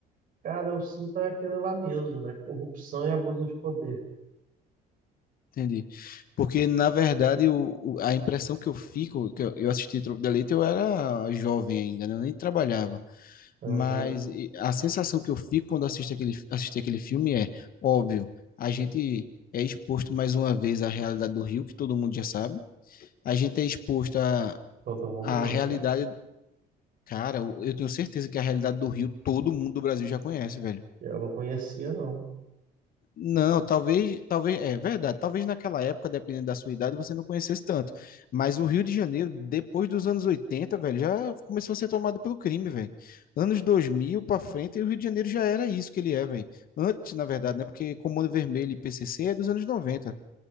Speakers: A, on the right; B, on the left.
A: cara, eu sinto é aquele lá mesmo, né? Corrupção e abuso de poder.
B: Entendi. Porque, na verdade, o, o- a impressão que eu fico, que eu, eu assisti Tropa de Elite, eu era jovem ainda, né? Eu nem trabalhava.
A: Aham,
B: Mas e, a sensação que eu fico quando assisto aquele, assisti aquele filme é, óbvio, a gente é exposto mais uma vez à realidade do Rio, que todo mundo já sabe. A gente é exposto à,
A: Todo mundo
B: à
A: não,
B: realidade,
A: cara.
B: cara, eu eu tenho certeza que a realidade do Rio todo mundo do Brasil já conhece, velho.
A: Eu não conhecia, não.
B: Não, talvez, talvez, é verdade, talvez naquela época, dependendo da sua idade, você não conhecesse tanto. Mas o Rio de Janeiro, depois dos anos 80, velho, já começou a ser tomado pelo crime, velho. Anos 2000 pra frente, o Rio de Janeiro já era isso que ele é, velho. Antes, na verdade, né? Porque Comando Vermelho e PCC é dos anos 90.